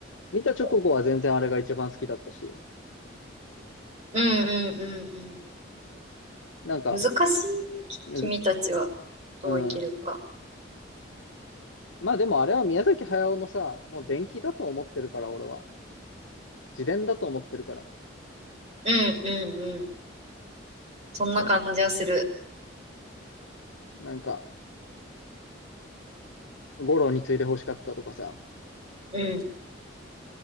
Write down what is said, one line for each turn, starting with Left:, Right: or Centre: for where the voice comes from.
Left: 見た直後は全然あれが一番好きだったし。
Right: ー。うん、うん、うん、
Left: なんか、
Right: うん。難しい。き君たちはどう生きるか。
Left: むず、うん。まあでもあれは宮崎駿のさ、もう伝記だと思ってるから、俺は。自伝だと思ってるから。
Right: うん、うん、うん。そんな感じはする。
Left: その、なんか、五郎について欲しかったとかさ、
Right: うん、